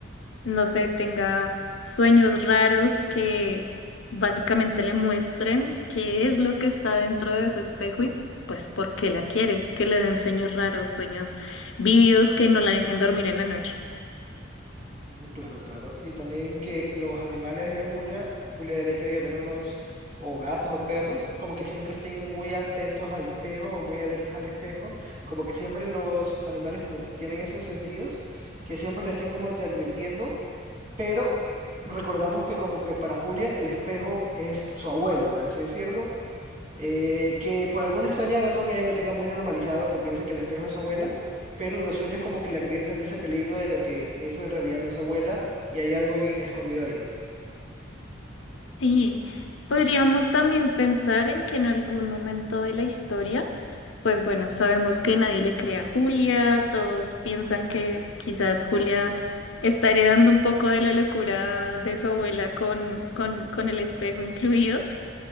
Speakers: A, on the left (about 85°); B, on the right (about 40°).
A: no sé, tenga sueños raros que básicamente le muestren qué es lo que está dentro de ese espejo y pues por qué la quiere, que le den sueños raros, sueños vívidos que no la dejen dormir en la noche.
B: Mm, Claro, claro. Y también que los animales de Julia, Julia de Ley tiene que tener unos o gatos o perros, como que siempre estén muy atentos al espejo o muy alertas al espejo, como que siempre los animales como tienen esos sentidos, que siempre le estén como te advirtiendo, pero recordamos que como que para Julia el espejo es su abuela, por así decirlo, eh, que por alguna extraña razón ella lo tenga muy normalizado, que piensa que el espejo es su abuela, pero los sueños como que le advierten de ese peligro de lo que eso en realidad no es su abuela y hay algo en- escondido ahí.
A: Sí, podríamos también pensar en que en algún momento de la historia, pues bueno, sabemos que nadie le cree a Julia, todos piensan que quizás Julia está heredando un poco de la locura de su abuela con, con, con el espejo incluido,